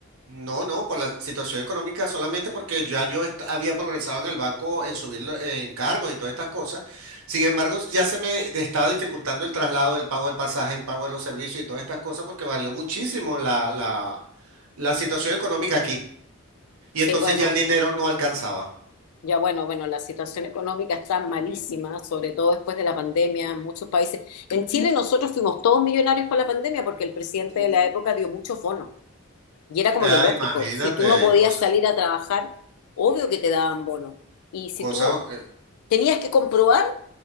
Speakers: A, on the right; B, on the left.
A: No, no, por la situación económica solamente porque ya yo est- había progresado en el banco en subir lo- en cargos y todas estas cosas. Sin embargo, ya se me de- estaba dificultando el traslado, el pago del pasaje, el pago de los servicios y todas estas cosas porque varió muchísimo la, la, la situación económica aquí. Y
B: Sí,
A: entonces
B: bueno,
A: ya el dinero no alcanzaba.
B: Ya bueno, bueno, la situación económica está malísima, sobre todo después de la pandemia en muchos países. En Chile nosotros fuimos todos millonarios con la pandemia porque el presidente de la época dio muchos bonos y era como
A: Ah,
B: lo lógico.
A: imagínate,
B: Si tú no podías
A: cosas,
B: salir a trabajar, obvio que te daban bonos. Y si
A: cosas.
B: tú
A: eh,
B: tenías que comprobar